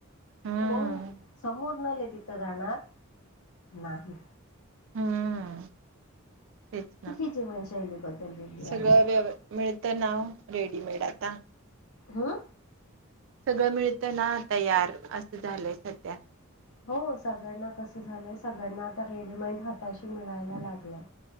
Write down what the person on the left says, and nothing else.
पण समोर नले तिथं जाणार नाही
ही जीवनशैली बदललेली आहे
हा
हो सगळ्यांना कसं झालंय सगळ्यांना आता रेडीमेड हाताशी मिळायला लागलंय